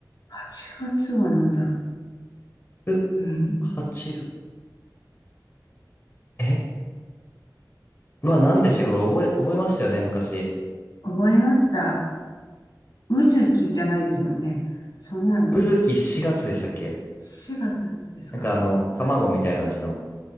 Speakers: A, on the left; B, on the left.
A: 8月は何だろう。
B: ふ
A: うん。
B: 8月。え、うわ、何でしたかこれ覚え、覚えましたよね昔。
A: 覚えました。うずきじゃないですもんね。そんなの。
B: うずき4月でしたっけ
A: 4月ですか。
B: なんかあの、
A: はい。
B: 卵みたいな字の